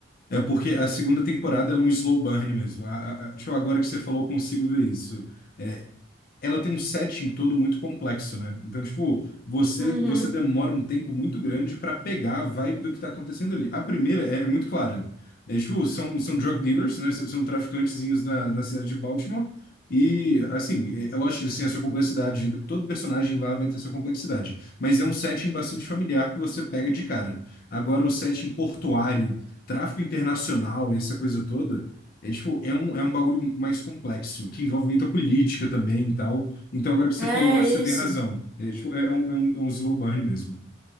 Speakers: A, on the left; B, in the centre.
A: É porque a segunda temporada ela é um slow burn mesmo. A- a- a- tipo, agora que você falou, eu consigo ver isso. É, ela tem um setting todo muito complexo, né? Então, tipo, você
B: Uhum.
A: você demora um tempo muito grande pra pegar a vibe do que tá acontecendo ali. A primeira é, é muito clara. É, tipo, são, são drug dealers, né? S- São traficantezinhos na, na cidade de Baltimore. E, assim, é, é lógico que eles têm a sua complexidade. Todo personagem lá vai ter sua complexidade. Mas é um setting bastante familiar que você pega de cara. Agora, o setting portuário, tráfico internacional e essa coisa toda. É, tipo, é um, é um bagulho mais complexo, que envolve muita política também e tal. Então, agora que você
B: É
A: falou, eu acho que você
B: isso.
A: tem razão. É, tipo, é é um, é um, é um slow burn mesmo.